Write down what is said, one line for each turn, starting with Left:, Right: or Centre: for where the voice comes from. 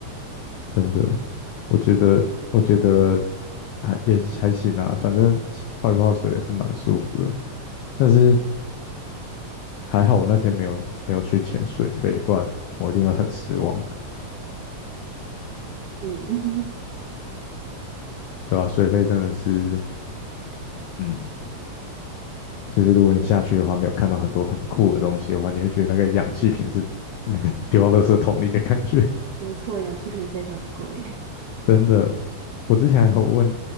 Left: 真的，我觉得，我觉得还也还行啦，反正泡一泡水也是蛮舒服的。但是还好我那天没有没有去潜水费，不然我一定会很失望，
Right: <laughs> 嗯，
Left: 对吧、水费真的是，嗯，就是如果你下去的话，没有看到很多很酷的东西的话，你会觉得那个氧气瓶是那个丢到垃圾桶里的感觉，
Right: 没错，氧气瓶非常的贵，
Left: <laughs> 真的。我之前还有问，